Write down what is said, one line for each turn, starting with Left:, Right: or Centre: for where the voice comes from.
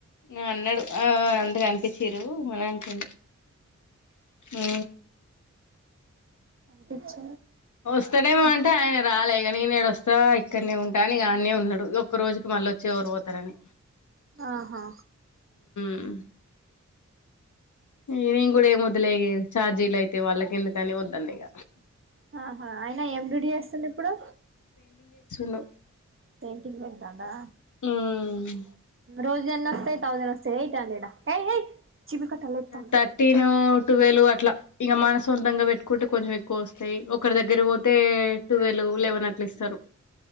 Left: ఇంగ అన్నడు ఆ అన్ అనిపించిరు అని అంటుండు ఉ
Right: పిచ్
Left: ఒస్తడేమో అంటే ఆయన రాలే ఇగ నేనేడ వస్తా ఇక్కడనే ఉంటా అనీ ఇగ అన్నే ఉన్నడు. ఒక్క రోజుకి మళ్ళ వచ్చి ఓరు పోతారని
Right: ఆహా
Left: మ్ ఇగ నేను కూడా ఏం వద్దులే ఇగ ఛార్జీలైతాయి వాళ్ళకి ఎందుకని వద్దన్న ఇగ
Right: ఆహా అయినా ఎం డ్యూటీ చేస్తుండు ఇప్పుడు
Left: లు
Right: పెయింటింగ్ పెడుతాండా
Left: హు మ్
Right: రోజేన్ని వస్తయి థౌసండ్ వస్తాయ ఎయిట్ హండ్రెడ ఎయ్ ఏయ్ చీపురు కట్టలు ఎత్తాను
Left: థర్టీన్ టువెల్ అట్ల ఇంగ మన సొంతంగా పెట్టుకుంటే కొంచెం ఎక్కువస్తయి ఓక్ ఒకరి దగ్గరికి పోతే టువెల్వ్ లెవెన్ అట్ల ఇస్తరు